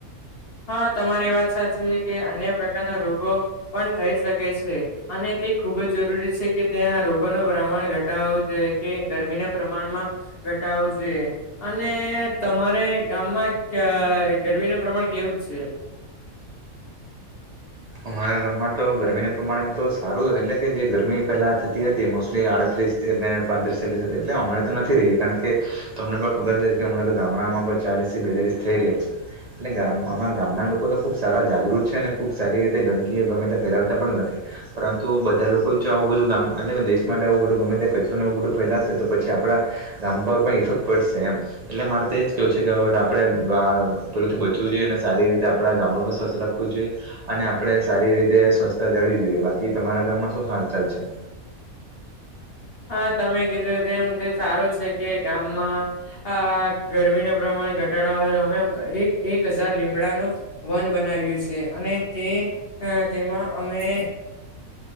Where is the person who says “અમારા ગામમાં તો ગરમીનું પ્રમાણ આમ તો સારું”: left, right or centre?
Right